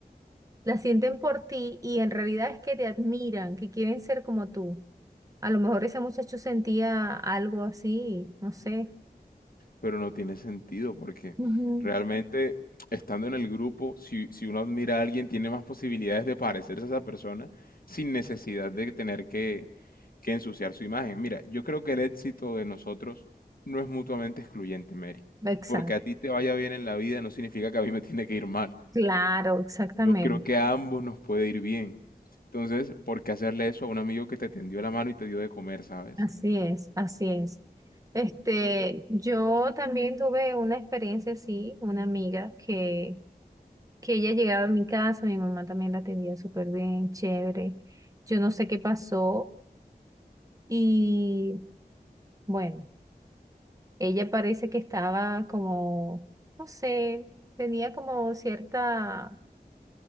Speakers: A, on the right; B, on the left.
A: La sienten por ti y en realidad es que te admiran, que quieren ser como tú. A lo mejor ese muchacho sentía algo así, no sé.
B: Pero no tiene sentido porque
A: Ujú.
B: realmente estando en el grupo, si, si uno admira a alguien, tiene más posibilidades de parecerse a esa persona sin necesidad de tener que, que ensuciar su imagen. Mira, yo creo que el éxito de nosotros no es mutuamente excluyente, Mary.
A: Exacto,
B: Porque a ti te vaya bien en la vida no significa que a mí me tiene que ir mal.
A: claro, exactamente.
B: Yo creo que a ambos nos puede ir bien. Entonces, ¿por qué hacerle eso a un amigo que te tendió la mano y te dio de comer, sabes?
A: Así es, así es. Este, yo también tuve una experiencia así, una amiga que que ella llegaba a mi casa, mi mamá también la atendía súper bien, chévere. Yo no sé qué pasó y bueno, ella parece que estaba como, no sé, tenía como cierta,